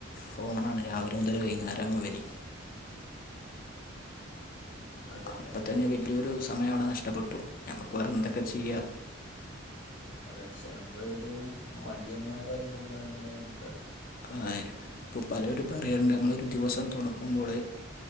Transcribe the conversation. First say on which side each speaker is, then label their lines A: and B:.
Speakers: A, on the left; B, on the left.
A: ഫോണാണ് രാവിലെ മുതൽ വൈകുന്നേരവും വരെ.
B: അതെ
A: അപ്പം
B: അതെ
A: തന്നെ വലിയൊരു സമയം അവിടെ നഷ്ടപ്പെട്ടു നമുക്ക് വേറെ എന്തൊക്കെ ചെയ്യ
B: അത ക്ഷെ നമ്മൾ ഒരു മടിയന്മാരായിക കൊണ്ട് അങ്ങനെ ഇരിക്കാണ്.
A: ആ ഇപ്പോൾ പലരും പറയാറുണ്ട് നമ്മൾ ഒരു ദിവസം തുടങ്ങുമ്പോഴ്